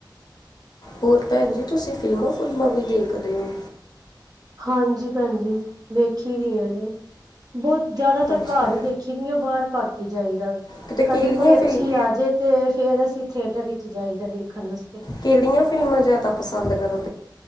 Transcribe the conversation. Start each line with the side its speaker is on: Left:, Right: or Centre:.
Left: ਹੋਰ ਭੈਣ ਜੀ, ਤੁਸੀਂ ਫਿਲਮਾਂ ਫੁਲਮਾਂ ਵੀ ਦੇਖਦੇ ਹੋ।
Right: ਹਾਂਜੀ ਭੈਣਜੀ, ਵੇਖੀ ਦੀਆਂ ਨੇ। ਬਹੁਤ ਜ਼ਿਆਦਾਤਰ
Left: ਅੱਛਾ
Right: ਘਰ ਹੀ ਦੇਖੀ ਦੀ ਆ, ਬਾਹਰ ਘੱਟ ਹੀ ਜਾਈਦਾ।
Left: ਕਿਤੇ ਕਿਹੜੀਆਂ
Right: ਕਦੀ ਕੋਈ ਅੱਛੀ
Left: ਫਿਲਮ
Right: ਆ ਜਾਏ, ਤੇ ਫੇਰ ਅਸੀਂ ਥੀਏਟਰ ਵਿਚ ਜਾਈਦਾ ਦੇਖਣ ਵਾਸਤੇ।
Left: ਕਿਹੜੀਆਂ ਫਿਲਮਾਂ ਜ਼ਿਆਦਾ ਪਸੰਦ ਕਰੋ।